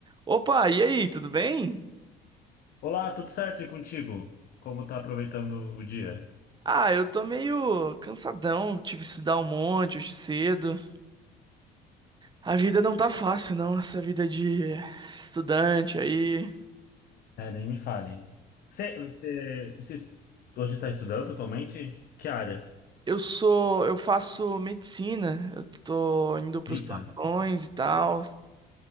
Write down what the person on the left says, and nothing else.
Olá, tudo certo e contigo? Como tá aproveitando o dia?
É, nem me fale. Você, você, você hoje está estudando atualmente? Que área?
Eita.